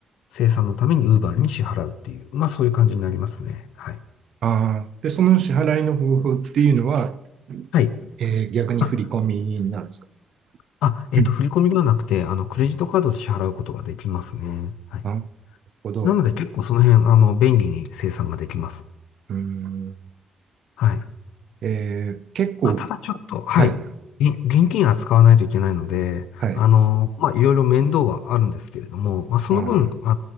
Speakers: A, on the left; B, on the right.
A: 生産のために Uber に支払うっていう、まあそういう感じになりますね。はい。
B: ああ、で、その支払いの方法っていうのは、
A: はい。
B: えー逆に振り込みになるんですか
A: あ、あ、えっと、
B: うん
A: 振り込みではなくて、あの、クレジットカードで支払うことができますね。はい。
B: なるほど。
A: なので、結構その辺、あの、便利に生産ができます。
B: うーん。
A: はい。
B: えー結構、
A: まあ、ただちょっと、はい。
B: はい、
A: げ現金扱わないといけないので、
B: はい、
A: あの、まあ、いろいろ面倒はあるんですけれども、まあ、その分、
B: あー、
A: あの、